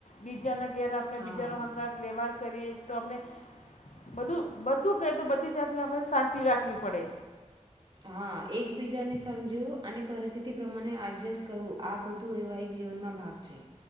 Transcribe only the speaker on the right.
હા
હા એકબીજાને સમજું અને પરિસ્થિતિ પ્રમાણે એડજસ્ટ કરું આ બધું વૈવાહિક જીવનમાં ભાગ છે.